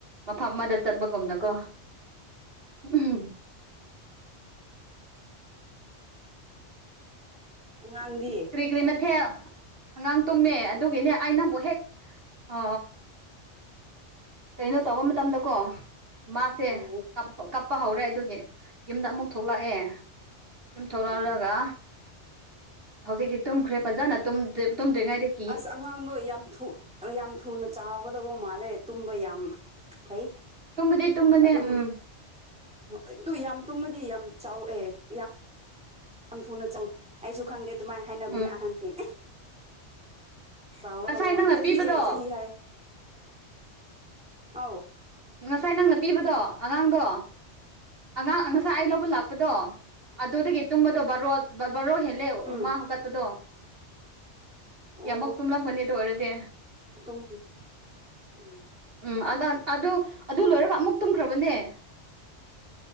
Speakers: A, on the right; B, in the centre.
A: ꯃꯐꯝ ꯑꯃꯗ ꯆꯠꯄꯒꯨꯝꯅꯀꯣ ꯎꯝ ꯎ
B: ꯑꯉꯥꯡꯗꯤ
A: ꯀꯨꯔꯤ ꯒ꯭ꯔꯤ ꯃꯊꯦꯜ ꯑꯉꯥꯡ ꯇꯨꯝꯃꯦ ꯑꯗꯨꯒꯤꯅꯦ ꯑꯩ ꯅꯪꯕꯨ ꯍꯦꯛ ꯑ ꯀꯩꯅꯣ ꯇꯧꯕ ꯃꯇꯝꯗꯀꯣ ꯃꯥꯁꯦ
B: ꯑꯣ
A: ꯀꯞꯄ ꯍꯧꯔꯦ ꯑꯗꯨꯒꯤ ꯌꯨꯝꯗ ꯑꯃꯨꯛ ꯊꯣꯛꯂꯛꯑꯦ ꯌꯨꯝ ꯊꯣꯛꯂꯛꯂꯒ
B: ꯑꯣ
A: ꯍꯧꯖꯤꯛꯇꯤ ꯇꯨꯝꯈ꯭ꯔꯦ ꯐꯖꯅ ꯇꯨꯝꯗ꯭ꯔꯤꯉꯩꯗꯤ
B: ꯑꯁ ꯑꯉꯥꯡꯗꯣ ꯌꯥꯝ ꯊꯨ ꯑ ꯌꯥꯝ ꯊꯨꯅ ꯆꯥꯎꯒꯗꯕ ꯃꯥꯜꯂꯦ ꯇꯨꯝꯕ ꯌꯥꯝ ꯐꯩ
A: ꯇꯨꯝꯕꯗꯤ ꯇꯨꯝꯕꯅꯦ
B: ꯑꯗꯨꯝ
A: ꯎꯝ
B: ꯑꯗꯨ ꯌꯥꯝ ꯇꯨꯝꯃꯗꯤ ꯌꯥꯝ ꯆꯥꯎꯑꯦ ꯌꯥꯝ ꯌꯥꯝ ꯊꯨꯅ ꯆꯥꯎ ꯑꯩꯁꯨ ꯈꯪꯗꯦ ꯑꯗꯨꯃꯥꯏꯅ ꯍꯥꯏꯅꯕꯅꯦ
A: ꯎꯝ
B: ꯑꯍꯟꯁꯤꯡ ꯆꯥꯎꯒꯗꯕ
A: ꯉꯁꯥꯏ
B: ꯃꯥꯥꯟꯅꯦ
A: ꯅꯪꯅ
B: ꯆꯍꯤ
A: ꯄꯤꯕꯗꯣ
B: ꯑꯦ ꯆꯍꯤ ꯍꯥꯏ ꯑꯥꯎ
A: ꯉꯁꯥꯏ ꯅꯪꯅ ꯄꯤꯕꯗꯣ ꯑꯉꯥꯡꯗꯣ ꯑꯉꯥꯡ ꯉꯁꯥꯏ ꯑꯩ ꯂꯧꯕ ꯂꯥꯛꯄꯗꯣ ꯑꯗꯨꯗꯒꯤ ꯇꯨꯝꯕꯗꯣ ꯕ ꯔꯣꯠ ꯕꯥꯔꯣ ꯍꯦꯜꯂꯦ
B: ꯎꯝ
A: ꯃꯥ ꯍꯧꯀꯠꯄꯗꯣ
B: ꯑꯣ
A: ꯌꯥꯝꯃꯨꯛ ꯇꯨꯝꯂꯝꯒꯅꯤ ꯑꯗꯨ ꯑꯣꯏꯔꯗꯤ
B: ꯇꯨꯝꯈ꯭ꯔꯦ ꯎꯝ
A: ꯎꯝ ꯑꯗꯨ ꯑꯗꯨ ꯂꯣꯏꯔꯒ ꯑꯃꯨꯛ ꯇꯨꯝꯈ꯭ꯔꯕꯅꯦ